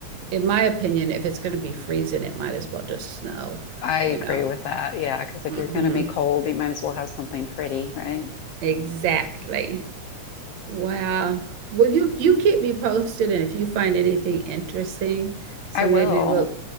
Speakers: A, on the right; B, on the left.
A: In my opinion, if it's going to be freezing, it might as well just snow,
B: I
A: you
B: agree
A: know.
B: with that. Yeah, because if
A: hmm
B: you're going to be cold, you might as well have something pretty, right?
A: Exactly. Wow. Well, you you keep me posted, and if you find anything interesting, so
B: I will.
A: maybe we'll,